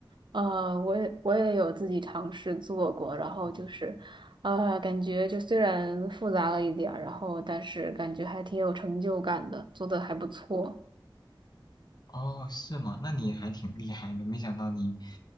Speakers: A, on the right; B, on the left.
A: 呃，我也我也有自己尝试做过，然后就是，
B: 嗯，
A: 呃，感觉就虽然复杂了一点儿，然后但是感觉还挺有成就感的，做的还不错
B: 哦，是吗？那你还挺厉害的，没想到你